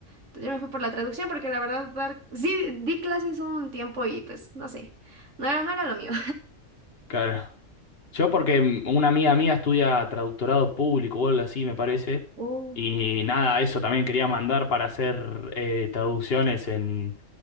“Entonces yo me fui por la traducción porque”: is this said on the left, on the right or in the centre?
Right